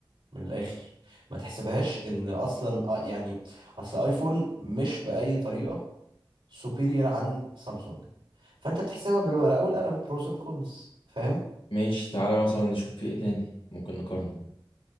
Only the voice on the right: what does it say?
من الاخر ما تحسبهاش ان اصلا آه، يعني اصل ايفون مش بأي طريقة سوبيريور عن سامسونج فانت بتحسبها بالورقة والقلم بروز اند كونز فاهم